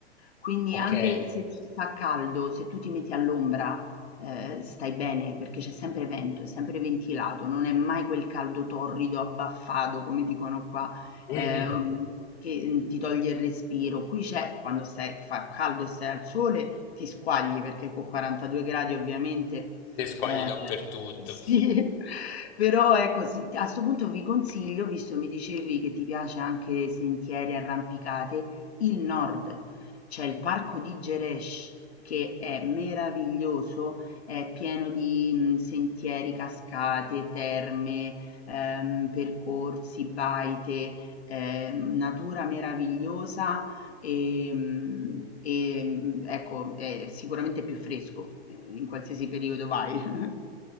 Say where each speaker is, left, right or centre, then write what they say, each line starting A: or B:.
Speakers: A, on the left; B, on the left.
A: Quindi
B: Ok.
A: anche
B: <laughs>
A: se ci fa caldo, se tu ti metti all'ombra, eh, stai bene, perché c'è sempre vento, è sempre ventilato, non è mai quel caldo torrido, abbaffato, come dicono qua,
B: Mhm.
A: ehm, che mm, ti toglie il respiro. Qui c'è, quando stai, fa caldo e stai al sole, ti squagli, perché con 42 gradi ovviamente
B: Te squagli
A: Ehm,
B: dappertutto.
A: sì, <laughs> però ecco sì, a 'sto punto vi consiglio, visto mi dicevi che ti piace anche sentieri, arrampicate, il nord. C'è il parco di Gerêsh che è meraviglioso, è pieno di, mhmm, sentieri, cascate, terme, ehm, percorsi, baite, ehm, natura meravigliosa Ehm, ehm, ecco, è sicuramente più fresco, ehm, in qualsiasi periodo vai. <laughs>